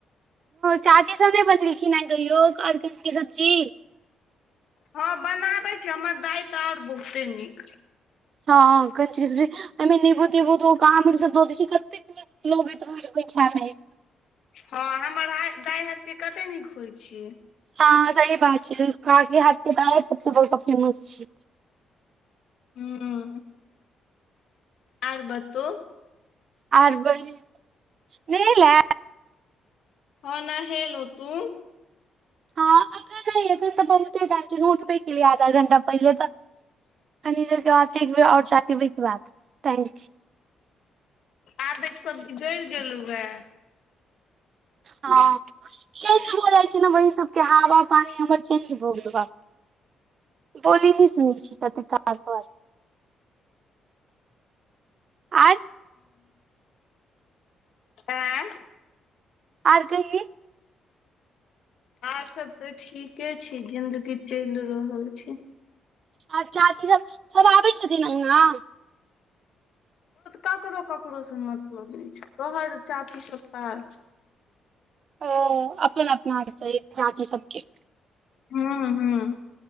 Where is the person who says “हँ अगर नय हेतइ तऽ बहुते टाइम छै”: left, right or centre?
Right